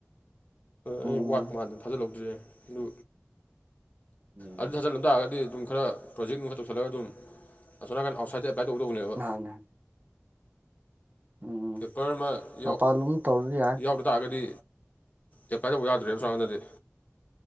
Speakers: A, on the right; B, on the left.
A: ꯎꯝ
B: ꯑꯩ ꯋꯥꯠꯄ ꯃꯥꯟ ꯊꯥꯖꯜꯍꯧꯗ꯭꯭ꯔꯦ ꯑꯗꯨ
A: ꯎꯝ
B: ꯑꯗꯨ ꯊꯥꯖꯤꯜꯂꯝ ꯇꯥꯔꯒꯗꯤ ꯑꯗꯨꯝ ꯈꯥꯔ ꯄ꯭ꯔꯣꯖꯦꯛ ꯅꯨꯡ ꯈꯥꯔ ꯇꯧꯁꯤꯜꯂꯒ ꯑꯗꯨꯝ ꯑꯁꯣꯝꯅꯥꯀꯟ ꯑꯥꯎꯠꯁꯥꯏꯠꯇ ꯇ꯭ꯔꯥꯏꯇꯧꯒꯦ ꯇꯧꯕꯅꯦꯕ
A: ꯅꯍꯥꯟꯅꯦ ꯎꯝ
B: ꯃꯔꯛ ꯃꯔꯛ
A: ꯃꯄꯥꯟꯂꯣꯝ
B: ꯌꯥꯎꯗ
A: ꯇꯧꯔꯁꯨ ꯌꯥꯏ
B: ꯌꯥꯎꯗ ꯇꯥꯔꯒꯗꯤ ꯑꯦꯄ꯭ꯂꯥꯏ ꯇꯧꯕ ꯌꯥꯗ꯭ꯔꯦꯕ ꯑꯁꯣꯝꯅꯥꯀꯟꯗꯗꯤ